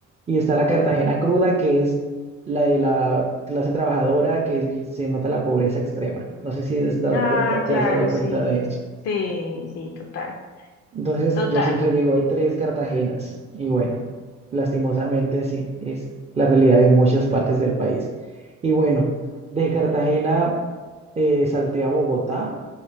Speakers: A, on the right (about 20°); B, on the left (about 55°).
A: Y está la Cartagena cruda, que es la de la clase trabajadora, que es, vi- se nota la pobreza extrema. No sé si has dado
B: Ah,
A: cuenta, te
B: claro,
A: has dado cuenta
B: sí,
A: de eso.
B: sí, sí, total,
A: Entonces,
B: total.
A: yo siempre digo, hay tres Cartagenas. Y bueno, lastimosamente sí, es la realidad de muchas partes del país. Y bueno, de Cartagena eh, salté a Bogotá.